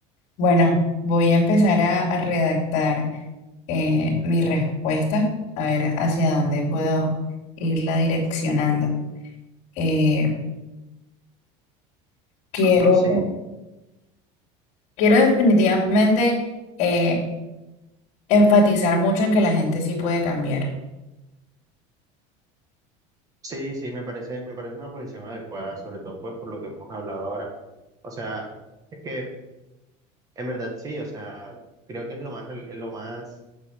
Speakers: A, on the left; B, on the right.
A: Bueno, voy a empezar a, a redactar eh, mi respuesta, a ver hacia dónde puedo irla direccionando. Eh, quiero,
B: No, sí,
A: quiero definitivamente eh, enfatizar mucho en que la gente sí puede cambiar.
B: sí, sí, me parece, me parece una posición adecuada, sobre todo pues por lo que hemos hablado ahora. O sea, es que en verdad sí, o sea, creo que es lo más, real- lo más,